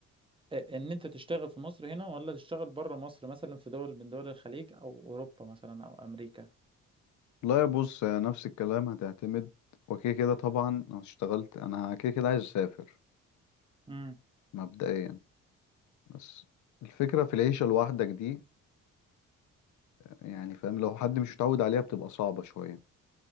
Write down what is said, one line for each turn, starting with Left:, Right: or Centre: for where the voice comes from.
Right: آه، ان انت تشتغل في مصر هنا ولا تشتغل بره مصر مثلا في دول من دول الخليج او اوروبا مثلا او امريكا
Left: لا يا بص يا نفس الكلام هتعتمد وكده كده طبعا لو اشتغلت انا كده كده عايز اسافر
Right: امم
Left: مبدئيا بس الفكرة في العيشة لوحدك دي يعني فاهم لو حد مش متعود عليها بتبقى صعبة شوية